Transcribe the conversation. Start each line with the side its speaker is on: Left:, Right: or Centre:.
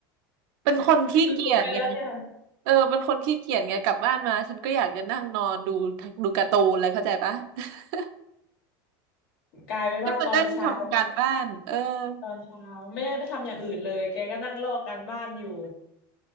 Right: เป็นคนขี้เกียจไง
Left: ลืม <laughs> ไปแล้วเนี่ย
Right: เออเป็นคนขี้เกียจไงกลับบ้านมาฉันก็อยากจะนั่งนอนดูดูการ์ตูนอะไรเข้าใจปะ <laughs>
Left: กลายเป็นว่าตอนเช้า
Right: ให้มานั่งทำการบ้านเออ
Left: ตอนเช้าไม่ได้ไปทำอย่างอื่นเลยแกก็นั่งลอกการบ้านอยู่